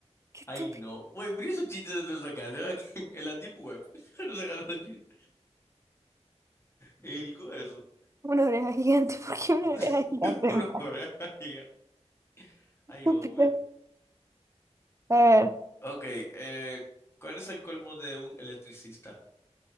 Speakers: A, on the right (about 25°); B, on the left (about 20°).
A: qué
B: Ay,
A: estúpido.
B: no. Güey, pero esos chistes de los sacaste ¿verdad? <laughs> en la Deep Web. <laughs> Los sacaste los chistes. El hueso.
A: Una oreja gigante, <laughs> ¿por qué
B: Uno,
A: una oreja gigante?
B: <laughs> una
A: Más
B: oreja gigante. <laughs> Ay,
A: estúpido.
B: hombre.
A: A ver,
B: Ok, eh, ¿cuál es el colmo de un electricista?